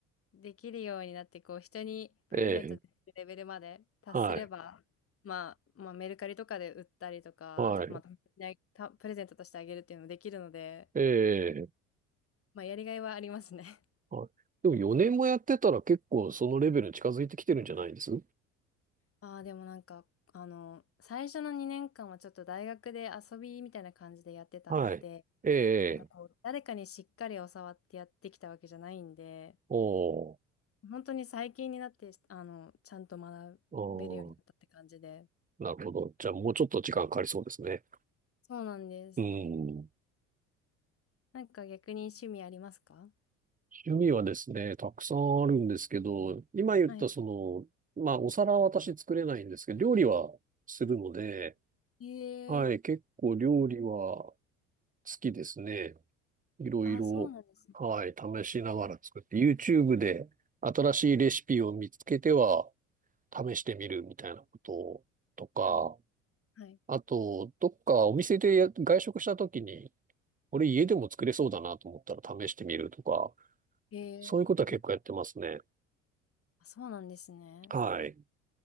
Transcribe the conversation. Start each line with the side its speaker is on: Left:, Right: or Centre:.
Left: できるようになって、こう、人にプレゼントできるレベルまで達すれば、
Right: ええ。はい。
Left: まあ、まあ、メルカリとかで売ったりとか、
Right: はい。
Left: あと、またねたプレゼントとしてあげるっていうのもできるので、
Right: え
Left: まあ、やりがいはありますね。<laughs>
Right: はい。でも4年もやってたら結構そのレベルに近づいてきてるんじゃないです
Left: ああ、でもなんか、あの、最初の2年間はちょっと大学で遊びみたいな感じでやってたんで、
Right: はい。ええ、
Left: なんかこう、
Right: ええ
Left: 誰かにしっかり教わってやってきたわけじゃないんで、
Right: おー、
Left: 本当に最近になって、あの、ちゃんと学べるようになったって感じで。
Right: おー、なるほど。じゃあもうちょっと時間かかりそうですね。
Left: そうなんです。
Right: うん。
Left: なんか逆に趣味ありますか
Right: 趣味はですね、たくさんあるんですけど、今言ったそ
Left: はい。
Right: の、まあお皿は私作れないんですけど、料理はするので、
Left: ええ
Right: はい、結構料理は好きですね。いろいろ、
Left: あ、そうなんですね。
Right: はい、試しながら作って、YouTube で新しいレシピを見つけては、試してみるみたいなこととか、
Left: はい。はい。
Right: あと、どっかお店でや外食した時に、これ家でも作れそうだなと思ったら試してみるとか、
Left: ええ
Right: そういうことは結構やってますね。
Left: あ、そうなんですね。
Right: はい。